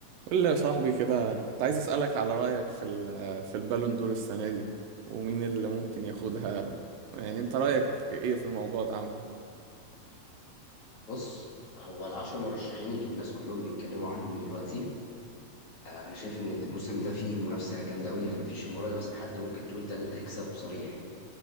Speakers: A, on the right; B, on the left.
A: قول لي يا صاحبي كده كنت عايز أسألك على رأيك في ال- في البالون دور السنة دي ومين اللي ممكن ياخدها يعني انت رأيك ايه في الموضوع ده عمو
B: بص هو العشر مرشحين اللي الناس كلهم بيتكلموا عنهم دلوقتي آه، انا شايف ان الموسم ده فيه منافسه جامده قوي يعني مفيش المره دي مثلا حد ممكن تقول ده اللي هيكسب صريح